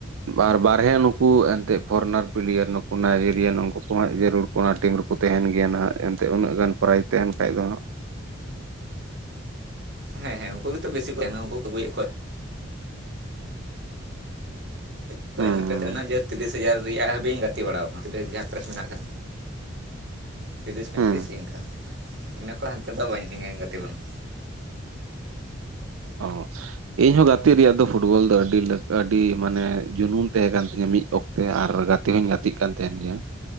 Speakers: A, on the right; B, on the right.
A: ᱟᱨ ᱵᱟᱨᱦᱮ ᱱᱩᱠᱩ ᱮᱱᱛᱜ ᱯᱷᱚᱨᱮᱱᱟᱨ ᱯᱞᱮᱭᱟᱨ ᱱᱩᱠᱩ ᱱᱟᱭᱡᱮᱨᱤᱭᱟᱱ ᱩᱱᱠᱩ ᱠᱚᱦᱚᱸ ᱡᱟᱹᱨᱩᱲ ᱚᱱᱟ ᱴᱤᱢ ᱨᱮᱠᱚ ᱛᱟᱦᱮᱱ ᱜᱮᱭᱟ ᱱᱟᱦᱟᱸᱜ ᱮᱱᱛᱮ ᱩᱱᱟᱹᱜ ᱜᱟᱱ ᱯᱨᱟᱭᱤᱡ ᱛᱟᱦᱮᱱ ᱠᱷᱟᱡ ᱫᱚ ᱦᱟᱸᱜ
B: ᱦᱮᱸ ᱦᱮᱸ ᱩᱱᱠᱩ ᱜᱮᱛᱚ ᱵᱮᱥᱤ ᱠᱚ ᱛᱟᱦᱮᱱ ᱩᱱᱠᱩ ᱠᱚᱜᱩᱭᱮᱫ ᱠᱚᱣᱟ᱾ <unintelligible>
A: ᱦᱟᱸᱜ ᱦᱩᱸ
B: ᱜᱟᱛᱮᱱᱟ ᱡᱮ ᱛᱤᱨᱤᱥ ᱦᱟᱡᱟᱨ ᱨᱮᱭᱟᱜ ᱦᱟᱹᱵᱤᱡ ᱤᱧ ᱜᱟᱛᱮ ᱵᱟᱲᱟᱣ ᱠᱟᱱᱟ ᱛᱤᱨᱤᱥ ᱦᱟ ᱡᱟᱦᱟᱸ ᱯᱨᱮᱥ ᱢᱮᱱᱟᱜ ᱟᱠᱟᱫ ᱛᱤᱨᱤᱥ ᱯᱚᱸᱭᱛᱨᱤᱥ
A: ᱦᱩᱸ
B: ᱤᱱᱠᱟᱹ ᱤᱱᱟᱹ ᱠᱷᱚᱱ ᱦᱟᱱᱛᱮ ᱫᱚ ᱵᱟᱹᱧ ᱜᱟᱛᱮ ᱠᱟᱱᱟ᱾
A: ᱚ ᱤᱧ ᱦᱚᱸ ᱜᱟᱛᱮᱜ ᱨᱮᱭᱟᱜ ᱫᱚ ᱯᱷᱩᱴᱵᱚᱞ ᱫᱚ ᱟᱹᱰᱤ ᱟᱹᱰᱤ ᱢᱟᱱᱮ ᱡᱩᱱᱩᱢ ᱛᱟᱦᱮᱸ ᱠᱟᱱ ᱛᱤᱧᱟᱹ ᱢᱤᱫ ᱚᱠ ᱛᱮ ᱟᱨ ᱜᱟᱛᱮ ᱦᱚᱧ ᱜᱟᱛᱮᱜ ᱠᱟᱱ ᱛᱟᱦᱮᱱ ᱜᱮᱭᱟ